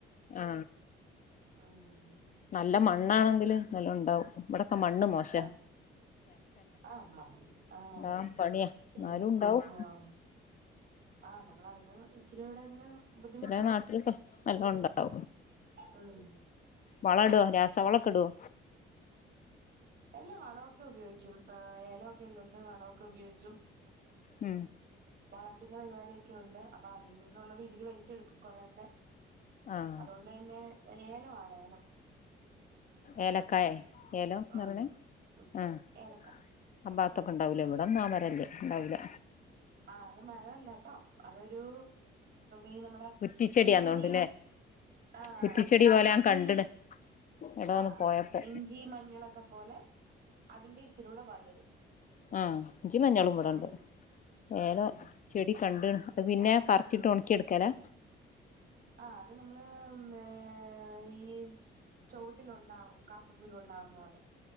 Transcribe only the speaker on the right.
ഉം
അതെ ആ മണ്ണ് ആഹ്
ചേറ്
ആഹ് ആ നമ്മളതിന് ഇച്ചിരി കൂടങ്ങ് ബുദ്ധിമുട്ടണം
ഉം
എല്ലാ വളമൊക്കെ ഉപയോഗിക്കും എലൊക്കെ ഉള്ളതോണ്ട് വളമൊക്കെ ഉപയോഗിക്കും
വളത്തിന്റെ പരിപാടൊക്കെ ഉണ്ട് അപ്പൊ അതിൽ നിന്നുള്ളത് ഇവര് വലിച്ചെടുക്കും കൊറൊക്കെ
അതുകൊണ്ട് തന്നെ ഏലമാണ് ഏലം
ഉം
ഉം
ഏലക്ക
ആ അത് മരമല്ല കേട്ടോ അതൊരു ഈ നമ്മടെ
ഇഞ്ചി ആഹ്
ഇഞ്ചി
ആ
ഓ ഇഞ്ചി മഞ്ഞളൊക്കെ പോലെ അതിന്റെ ഇച്ചിരൂടെ വലുത്
ഉം
ഉം
ആ അത് നമ്മള് ഏ ഈ ചൊവിട്ടിലുണ്ടാവും കാപ്പിക്കുരു ഉണ്ടാവുന്ന പോലെ